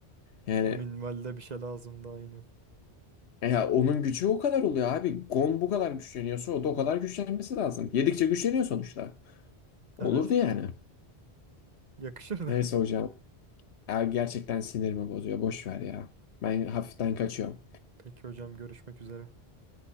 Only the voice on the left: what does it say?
Yani
E ya onun gücü o kadar oluyor abi. Gon bu kadar güçleniyorsa o da o kadar güçlenmesi lazım. Yedikçe güçleniyor sonuçta. Olurdu
yani.
Neyse hocam. Ya gerçekten sinirimi bozuyor. Boş ver ya. Ben hafiften kaçıyorum.